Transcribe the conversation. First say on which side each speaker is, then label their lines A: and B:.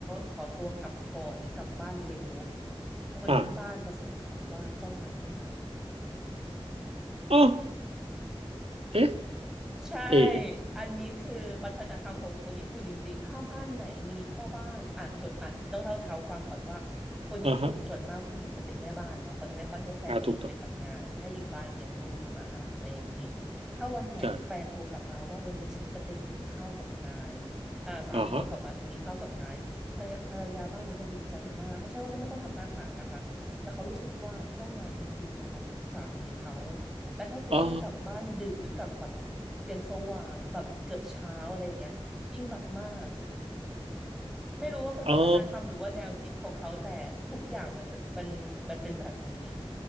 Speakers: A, in the centre; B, on the right.
A: ขอตัวกลับก่อนหรือกลับบ้านเร็วคนที่บ้านจะสงสัยว่าเจ้านายไม่รัก
B: อ่าอ๋อ เอ๊ะ
A: ใช่
B: เอ๋
A: อันนี้คือวัฒนธรรมของคนญี่ปุ่นจริงๆถ้าบ้านไหนมีพ่อบ้านอ่ะส่วนอ่ะต้องเล่าเท้าความก่อนว่าคนญี่ปุ่นส่วนมากผู้หญิงจะเป็นแม่บ้านเนาะเขาจะไม่ค่อยให้แฟนตัวเองไปทำงานจะให้อยู่บ้านเลี้ยงลูกทำอาหารอะไรอย่างนี้
B: อ่าฮะอ่าถูกต้อง
A: ถ้าวันไหนแฟนโทรกลับมาว่าวันนี้ฉันจะไปกินข้าวกับนาย
B: ใช่
A: อ่าสามีโทรกลับมาจะไปกินข้าวกับนายภรรยาภรรยาบ้านนั้นจะดีใจมาก
B: อ่าฮะ
A: ไม่ใช่ว่าจะไม่ต้องทำอาหารนะคะแต่เขารู้สึกว่าเจ้านายเอ็นดูและรักสามีเขา แล้วถ้าคุณยิ่งกลับบ้านดึกหรือกลับแบบ
B: อ๋อ
A: ยันสว่างหรือแบบเกือบเช้าอะไรอย่างเงี้ยยิ่งรักมากไม่รู้ว่าเป็นวัฒนธรรมหรือว่าแนวคิดของเขาแต่ทุกอย่างมันจะมันมันเป็นแบบนี้
B: อ๋อ